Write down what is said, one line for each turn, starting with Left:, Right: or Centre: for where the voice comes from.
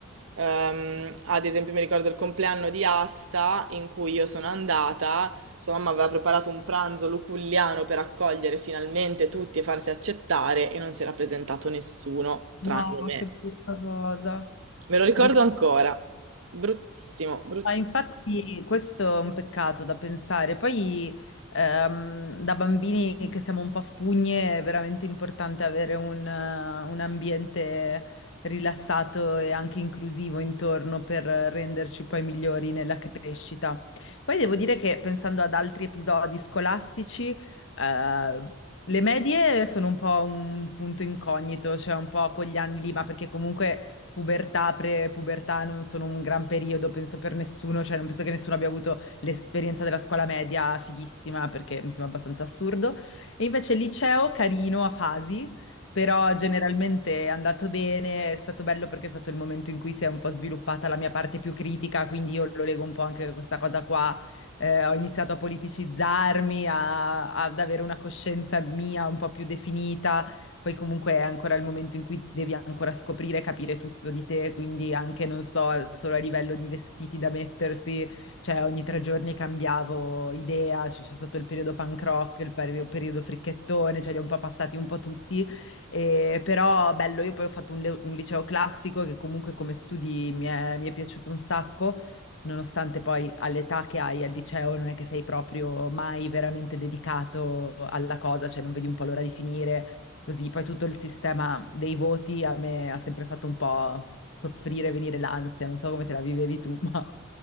Right: ehm, ad esempio mi ricordo il compleanno di Asta in cui io sono andata, sua mamma aveva preparato un pranzo luculliano per accogliere finalmente tutti e farsi accettare e non si era presentato nessuno, tranne
Left: No,
Right: me.
Left: che brutta cosa.
Right: Me lo ricordo
Left: Triste.
Right: ancora. Bruttissimo, bruttissimo.
Left: Ma infatti questo è un peccato da pensare. Poi ehm, da bambini che siamo un po' spugne è veramente importante avere un, eh, un ambiente rilassato e anche inclusivo intorno per renderci poi migliori nella crescita. Poi devo dire che pensando ad altri episodi scolastici, eh, le medie sono un po' un punto incognito, cioè un po' quegli anni lì, ma perché comunque pubertà, pre-pubertà non sono un gran periodo, penso per nessuno, cioè non penso che nessuno abbia avuto l'esperienza della scuola media fighissima perché mi sembra abbastanza assurdo. E invece il liceo carino a fasi, però generalmente è andato bene, è stato bello perché è stato il momento in cui si è un po' sviluppata la mia parte più critica, quindi io lo leggo un po' anche a questa cosa qua. Eh, ho iniziato a politicizzarmi, a- ad avere una coscienza mia un po' più definita, poi comunque è ancora il momento in cui devi ancora scoprire, capire tutto di te, quindi anche, non so, solo a livello di vestiti da mettersi, cioè ogni tre giorni cambiavo idea, cioè, c'è stato il periodo punk rock, il peri- periodo fricchettone, cioè li ho un po' passati un po' tutti, e- però bello, io poi ho fatto un, le- un liceo classico che comunque come studi mi è mi è piaciuto un sacco nonostante poi all'età che hai al liceo non è che sei proprio mai veramente dedicato alla cosa, cioè non vedi un po' l'ora di finire. Così poi tutto il sistema dei voti a me ha sempre fatto un po' soffrire, venire l'ansia, non so come te la vivevi tu, <laughs> ma...